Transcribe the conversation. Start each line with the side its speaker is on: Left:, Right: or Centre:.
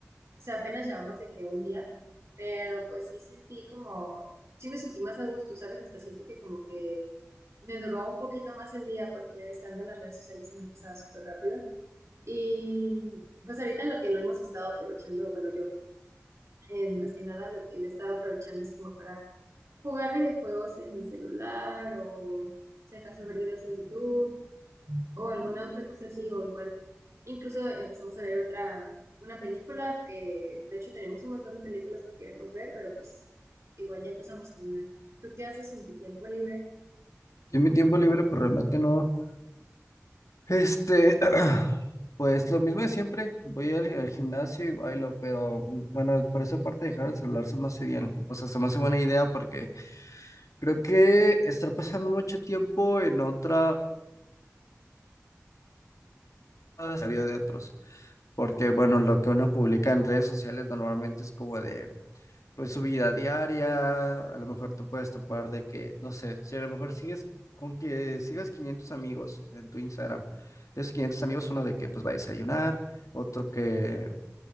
Right: o sea, apenas llevamos de que un día, pero pues sí sentí como, sí me sentí más a gusto, ¿sabes? Hasta siento que como que me duró un poquito más el día porque estando en las redes sociales se me pasaba súper rápido. Y pues ahorita lo que lo hemos estado aprovechando, bueno, yo eh, más que nada lo que le estaba aprovechando es como para jugar videojuegos en mi celular o si acaso ver videos en YouTube o alguna otra cosa así, o igual, incluso empezamos a ver otra, una película que, de hecho, tenemos un montón de películas que queremos ver, pero pues igual ya empezamos con una. ¿Tú qué haces en tu tiempo libre?
Left: Yo en mi tiempo libre, pues realmente no. Este, <clears throat> pues lo mismo de siempre. Voy al, al gimnasio y bailo, pero mm, bueno, por esa parte dejar el celular se me hace bien. O sea, se me hace buena idea porque creo que estar pasando mucho tiempo en otras la vida de otros. Porque bueno, lo que uno publica en redes sociales normalmente es como de pues su vida diaria, a lo mejor te puedes topar de que, no sé, si a lo mejor sigues con que sigas 500 amigos en tu Instagram, de esos 500 amigos, uno de que pues va a desayunar, otro que